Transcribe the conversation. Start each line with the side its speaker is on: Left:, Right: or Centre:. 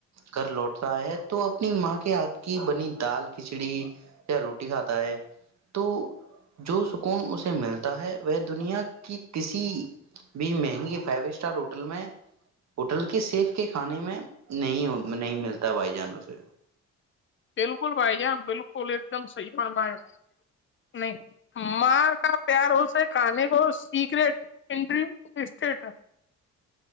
Right: گھر لوٹتا ہے تو اپنی ماں کے ہاتھ کی بنی دال کھچڑی یا روٹی کھاتا ہے تو جو سکون اسے ملتا ہے وہ دنیا کی کسی بھی مہنگی فائیو اسٹار ہوٹل میں ہوٹل کے سیف کے کھانے میں نہیں نہیں ملتا بھائی جانوں سے
Left: بالکل بھائی ج بالکل ایک دم سی پر م ہے نہیں مار کا پیار ہو س ہے کانے کو سیکریٹ انٹری اسٹیٹ